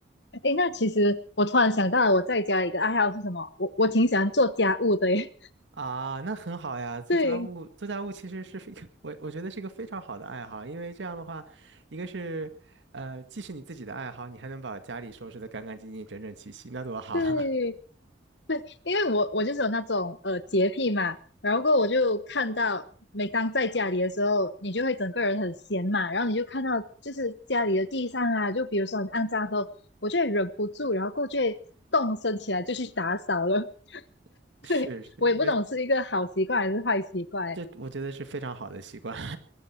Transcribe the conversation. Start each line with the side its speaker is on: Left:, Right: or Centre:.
Left: 诶，那其实我突然想到了，我在家一个爱好是什么？我我挺喜欢做家务的耶。
Right: 啊，那很好呀。
Left: <laughs>
Right: 做家务，
Left: 对
Right: 做家务其实是非 <laughs>，我我觉得是一个非常好的爱好，因为这样的话，一个是，呃，既是你自己的爱好，你还能把家里收拾得干干净净、整整齐齐，那多好啊！
Left: 对，因为我我就是有那种呃洁癖嘛，然后过后我就看到，每当在家里的时候，你就会整个人很闲嘛，然后你就看到就是家里的地上啊，就比如说很肮脏的时候，我就会忍不住，然后过去动身起来就去打扫了。
Right: <laughs>
Left: <laughs>
Right: 是是，
Left: 对，我也不懂是一个好习惯还是坏习惯，
Right: 这这我觉得是非常好的习惯，